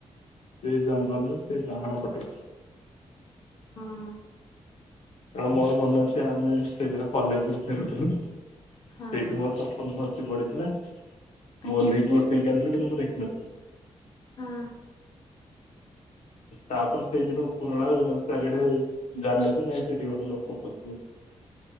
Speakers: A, on the left; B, on the left.
A: ସେଇ ଜଙ୍ଗଲରେ ସେ ଡାହାଣ ପଟେ
B: ହଁ।
A: କାରଣ ମୋର ମନେ ଅଛି, ଆମେ ସେଇଦିନ କଲେଜରୁୁ ଫେରୁଥିଲୁ ସେଇଠି
B: ହଁ
A: ମୋର ଚପଲ ଖସି ପଡ଼ିଥିଲା, ମୁଁ
B: ଆଚ୍ଛା
A: ଓଲ୍ହେଇକି ଉଠେଇକି ଆଣିଥିଲି କିନ୍ତୁ ମୁଁ ଦେଖିନଥିଲି।
B: ହଁ।
A: ତାପରେ ସେଇଦିନ ଉପରବେଳା ଚାରିଆଡ଼େ ଜାଣିଲେ ଯେ ନାଇଁ ସେଠି ଗୋଟେ ଲୋକ ପ